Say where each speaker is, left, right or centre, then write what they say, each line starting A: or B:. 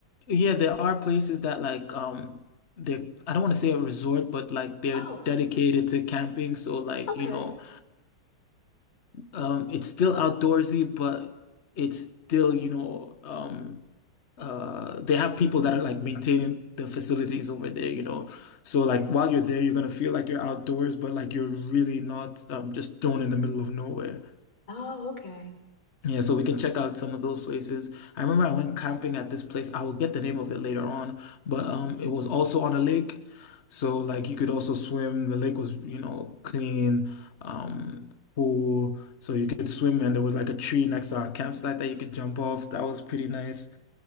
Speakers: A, on the left; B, on the left.
A: yeah, there are places that like um they're I don't want to say a resort, but like they're
B: Oh,
A: dedicated to camping. So like,
B: okay.
A: you know, Um, it's still outdoorsy, but it's still, you know, um, uh, they have people that are like maintaining the facilities over there, you know. So like while you're there, you're gonna feel like you're outdoors, but like you're really not um, just thrown in the middle of nowhere.
B: Oh, okay.
A: Yeah, so we can check out some of those places. I remember I went camping at this place. I will get the name of it later on, but um, it was also on a lake, so like you could also swim. The lake was, you know, clean, um, pool, so you could swim, and there was like a tree next to our campsite that you could jump off. That was pretty nice.